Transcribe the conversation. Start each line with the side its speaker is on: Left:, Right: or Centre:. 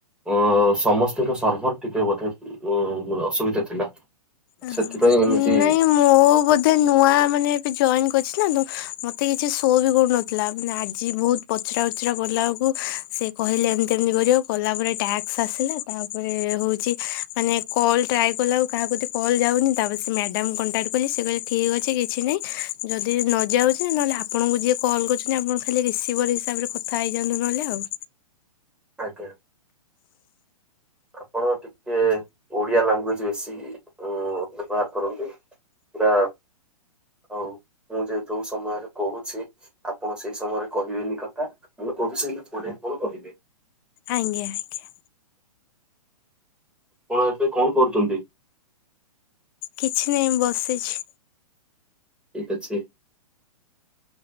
Centre: ଓ-ଓ-ଓ ସମସ୍ତିଙ୍କ ସର୍ଭର ଟିକେ ବୋଧେ ଅ-ଅ-ଅ ଅସୁବିଧା ଥିଲା।
Left: ନାଇଁ
Centre: ସେଥିପାଇଁ ଏମିତି
Left: ମୁଁ-ଉ-ଉ-ଉ ବୋଧେ ନୂଆ ମାନେ ଏବେ ଜଏନ କରିଛି ନା ତ ମତେ କିଛି ସୋ ବି କରୁନଥିଲା ମାନେ ଆଜି ବହୁତ ପ ଚରା ଉଚରା କଲା ବେଳକୁ ସେ କହିଲେ ଏମିତି ଏମିତି କରିବ, କଲା ପରେ ଟାକ୍ସ ଆସିଲା, ତାପରେ-ଏ-ଏ ହଉ ଛି ମାନେ କଲ ଟ୍ରାଏ କଲା ଆଉ କାହାକୁ ଯଦି କଲ୍ ଯାଉନି ତାପରେ ସେ ମ୍ୟାଡ଼ାମ କଣ୍ଟାକ୍ଟ କଲି ସେ କହିଲେ ଠିକ୍ ଅଛି କିଛି ନାହିଁ ଯଦି ନ ଯାଉଛି ନହେଲେ ଆପଣଙ୍କୁ ଯିଏ କଲ୍ କରୁଛନ୍ତି ଆପଣ ଖାଲି ରିସିଭର ହିସାବରେ କଥା ହେଇଯାନ୍ତୁ ନହେଲେ ଆଉ।
Centre: ଆଜ୍ଞା। ଆପଣ ଟିକେ-ଏ-ଏ-ଏ ଓଡିଆ ଲାଙ୍ଗୁଏଜ ବେଶି-ଇ-ଇ ଅ ବ୍ୟବହାର କରନ୍ତୁ। ପୁରା, ଆଉ ମୁଁ ଯେ ଯୋଉ ସମୟରେ କହୁଛି ଆପଣ ସେଇ ସମୟରେ କହିବେନି କଥା, ମୁ କହୁଛି ହେଲେ ପରେ ଆପଣ କହିବେ।
Left: ଆଜ୍ଞା ଆଜ୍ଞା।
Centre: କଣ ଏବେ କଣ କରୁଛନ୍ତି?
Left: କିଛି ନାହିଁ ବସିଛି।
Centre: ଠିକ ଅଛି।